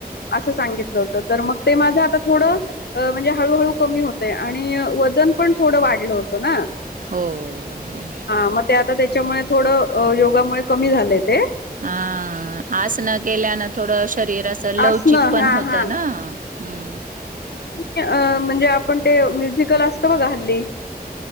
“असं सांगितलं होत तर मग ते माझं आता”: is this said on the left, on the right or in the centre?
Left